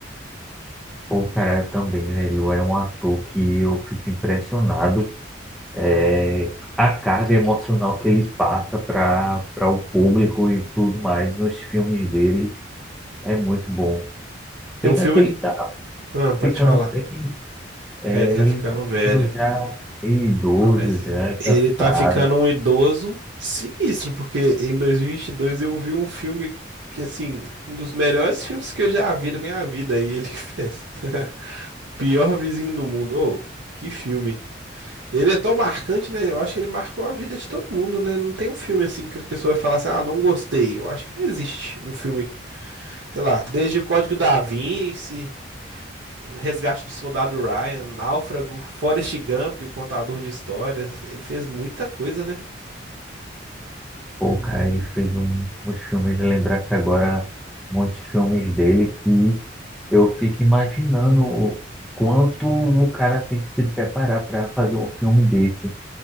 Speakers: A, in the centre; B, on the right.
A: Pô, caralho, também, velho, é um ator que eu fico impressionado. É, a carga emocional que ele passa para para o público e tudo mais nos filmes dele é muito bom.
B: Tem
A: Pena
B: um filme
A: que ele
B: que.
A: tá
B: Ah, pode
A: ficando
B: falar.
A: bem, é,
B: É, ele tá
A: ele
B: ficando
A: tá
B: velho.
A: ficando já idoso,
B: Não, mas
A: já cansado.
B: ele tá ficando um idoso sinistro, porque em 2022 eu vi um filme que, assim, um dos melhores filmes que eu já vi na minha vida, e ele <laughs> fez. <laughs> Pior Vizinho do Mundo. Ô, que filme. Ele é tão marcante, né? Eu acho que ele marcou a vida de todo mundo, né? Não tem um filme assim que as pessoas falam assim, ah, não gostei. Eu acho que não existe um filme, sei lá, desde o Código da Vinci, Resgate do Soldado Ryan, Náufrago, Forrest Gump, o contador de histórias. Ele fez muita coisa, né?
A: Pô, o cara, ele fez um, uns filmes, lembrar que agora muitos filmes dele que eu fico imaginando o quanto o cara tem que se preparar para fazer um filme desse.